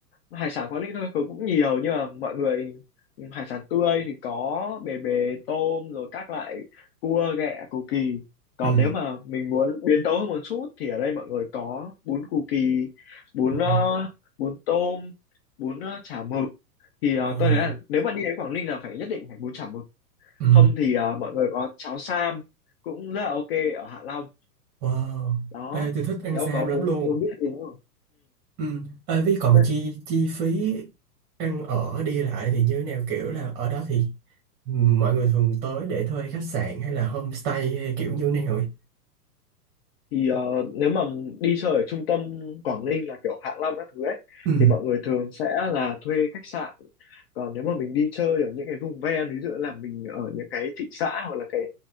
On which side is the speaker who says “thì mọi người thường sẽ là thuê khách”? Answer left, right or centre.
Left